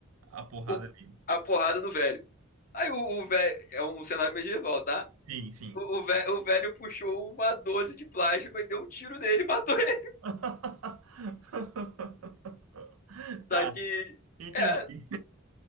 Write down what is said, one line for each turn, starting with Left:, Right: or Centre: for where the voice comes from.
Right: A porrada
Left: o-
Right: dele.
Left: a porrada no velho. Aí o, o velho. É um cenário medieval, tá?
Right: Sim, sim.
Left: O, o, ve- o velho puxou uma 12 de plasma e deu um tiro nele e matou <laughs> ele.
Right: <laughs> Tá,
Left: Só que.
Right: entendi.
Left: É,